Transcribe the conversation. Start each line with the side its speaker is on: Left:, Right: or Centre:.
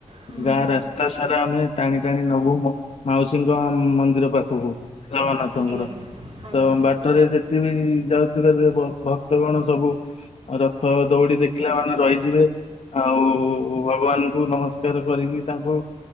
Right: ହୁଁ
Left: ଗାଁ ରାସ୍ତା ସାରା ଆମେ ଟାଣି ଟାଣି ନବୁ ମାଉସୀଙ୍କ ମନ୍ଦି ମନ୍ଦିର ପାଖକୁ ଜଗନାଥଙ୍କର
Right: ଆଜ୍ଞା ଆଜ୍ଞା
Left: ତ ବା ବାଟରେ ଯେତେ ବିି ଯାଉଥିବେ ଭକ୍ତ ଗଣ ସବୁ ରଥ ଦଉଡି ଦେଖିଲା ମାନେ ରହିଯିବେ। ଆଉ ଭଗବାନଙ୍କୁ ନମସ୍କାର କରିକି ତାଙ୍କୁ